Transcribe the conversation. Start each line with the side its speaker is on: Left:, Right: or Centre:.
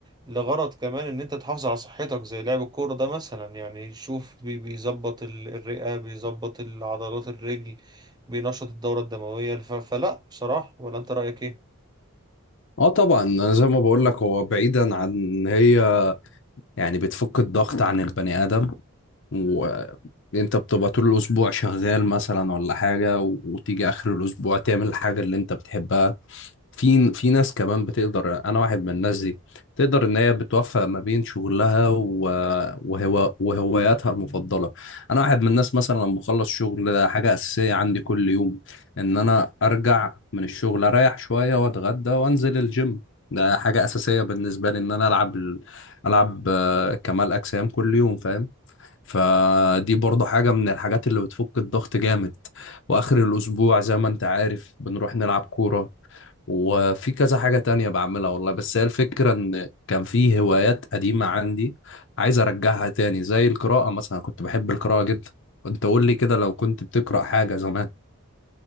Right: لغرض كمان ان انت تحافظ على صحتك زي لعب الكورة ده مثلا يعني شوف بي- بيظبط ال- الرئة بيظبط العضلات الرجل بينشط الدورة الدموية ف- فلا بصراحة ولا انت رأيك ايه
Left: اه طبعا انا زي ما بقول لك هو بعيدا عن ان هي يعني بتفك الضغط عن البني ادم وانت بتبقى طول الاسبوع شغال مثلا ولا حاجة وتيجي اخر الاسبوع تعمل الحاجة اللي انت بتحبها في في ناس كمان بتقدر انا واحد من الناس دي تقدر ان هي بتوفق ما بين شغلها و- وهوا وهواياتها المفضله انا واحد من الناس مثلا لما بخلص شغل ده حاجه اساسيه عندي كل يوم ان انا ارجع من الشغل اريح شويه واتغدى وانزل الجيم ده حاجه اساسيه بالنسبه لي ان انا العب ال- العب آه، كمال اجسام كل يوم فاهم فدي برضه حاجة من الحاجات اللي بتفك الضغط جامد وآخر الأسبوع زي ما أنت عارف بنروح نلعب كورة وفي كذا حاجة تانية بعملها والله بس هي الفكرة إن كان في هوايات قديمة عندي عايز أرجعها تاني زي القراءة مثلا كنت بحب القراءة جدا أنت قول لي كده لو كنت بتقرأ حاجة زمان